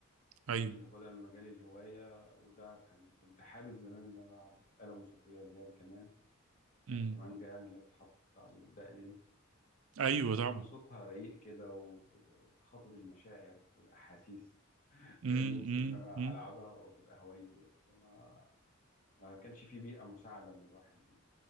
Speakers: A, on the left (about 40°); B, on the right (about 70°).
A: ممكن
B: ايوه
A: ياخدها من مجال الهواية وده كان كنت حابب زمان إن أنا ألعب آلة موسيقية اللي هي الكمان
B: امم
A: الكمانجة يعني اللي بتحط على الدقن دي آه،
B: ايوه
A: بحس
B: طبعا
A: إن صوتها رقيق كده وب- وبتخاطب المشاعر والأحاسيس <laughs>
B: امم
A: كان نفسي
B: امم
A: إن أنا
B: امم
A: ألعبها وتبقى هوايتي بس ما ما كانش في بيئة مساعدة إن الواحد ي-